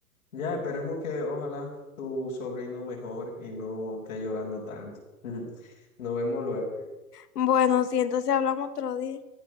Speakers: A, on the left; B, on the left.
A: ya esperemos que ojalá tu sobrino mejore y no esté llorando tanto. <laughs> Nos vemos luego.
B: Bueno, sí, entonces hablamos otro día.